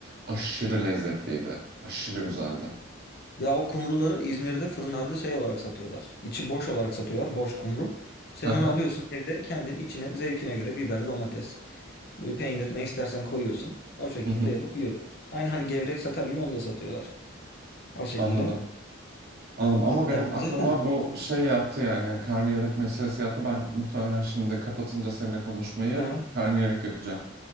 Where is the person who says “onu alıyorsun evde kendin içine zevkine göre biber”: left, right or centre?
Left